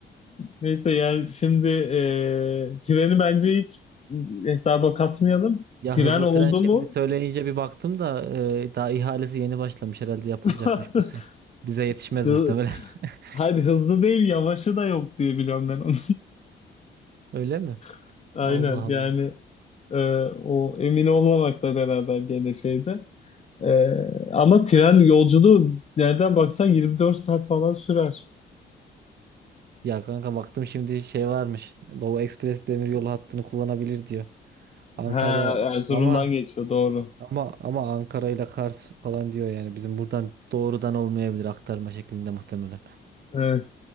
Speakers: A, on the left; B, on the right.
A: Neyse yani şimdi e, treni bence hiç hesaba katmayalım.
B: Ya
A: Tren
B: hızlı
A: oldu
B: tren şimdi
A: mu?
B: söyleyince bir baktım da e, daha ihalesi yeni başlamış herhalde yapılacakmış
A: <laughs>
B: bu sene. Bize yetişmez
A: Hı,
B: muhtemelen. <laughs>
A: hadi hızlı değil yavaşı da yok diye biliyorum ben onun.
B: Öyle mi?
A: <laughs> Aynen
B: Allah Allah.
A: yani e, o emin olmamakla beraber gene şeyde. E, ama tren yolculuğu nereden baksan 24 saat falan sürer.
B: Ya kanka baktım şimdi şey varmış. Doğu Ekspres Demiryolu hattını kullanabilir diyor. Ankara
A: Ha, Erzurum'dan
B: ama
A: geçiyor doğru.
B: ama ama Ankara ile Kars falan diyor yani. Bizim buradan doğrudan olmayabilir aktarma şeklinde muhtemelen.
A: Evet.